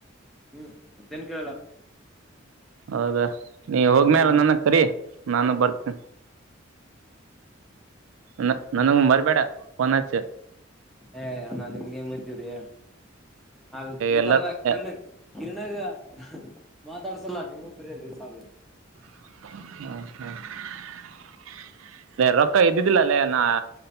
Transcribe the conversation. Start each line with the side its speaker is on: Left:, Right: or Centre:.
Centre: ಹ್ಮ್ ಮತ್ತೇನ್ ಕೇಳಲ್ಲ
Right: ಹೌದಾ ನೀ ಹೋಗ್ಮ್ಯಾಲ
Centre: ಹ್ಮ್
Right: ನನ ಕರಿ ನಾನು ಬರ್ತಿ ಹ ನ ನನಂಗ ಮರ್ಬೇಡ ವಚ
Centre: ಏ ಅಣ್ಣ ನಿಮ್ಗೆ ಹೆಂಗ್ ಗೊತವ್ರಿ ಹ ಬೇಕಾದ್ರ
Right: ಎಲ್ಲಾರ
Centre: ಕಿರಣರಣ ಕಿರಣಾಗ ಹ್ಮ <inaudible> ಮಾತಾಡ್ಸಲ್ಲಾ ನೀವವು ಬರಿ <unintelligible> ಸಾಬ್ರ
Right: <inaudible> ಹೇ ರೊಕ್ಕ ಇದ್ದಿದ್ದಿಲ್ಲ ಅಲ್ಲೇ ನಾ